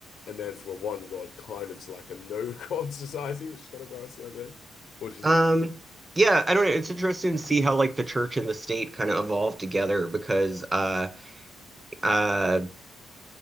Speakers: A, on the left; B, on the right.
A: and then from a one god kind of to like a no <laughs> god society, which is kind of where I see our going. What do you?
B: Um yeah, I don't know. It's interesting to see how like the church and the state kind of evolved together because uh uh